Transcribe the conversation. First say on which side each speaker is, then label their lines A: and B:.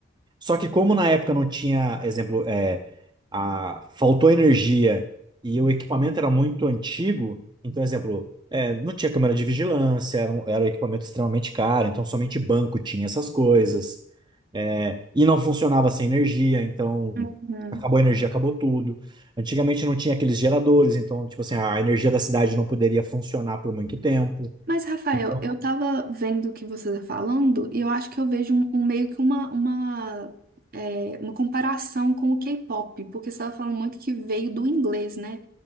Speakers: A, on the right; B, on the right.
A: Só que como na época não tinha, exemplo, é, a, faltou energia e o equipamento era muito antigo, então, exemplo, é, não tinha câmera de vigilância, era um, era um equipamento extremamente caro, então somente banco tinha essas coisas. É, e não funcionava sem energia, então
B: Uhum.
A: acabou a energia, acabou tudo. Antigamente não tinha aqueles geradores, então, tipo assim, a energia da cidade não poderia funcionar por muito tempo.
B: Mas, Rafael,
A: Então,
B: eu tava vendo o que você tá falando e eu acho que eu vejo um, um meio que uma, uma, é, uma comparação com o K-pop, porque você tava falando muito que veio do inglês, né?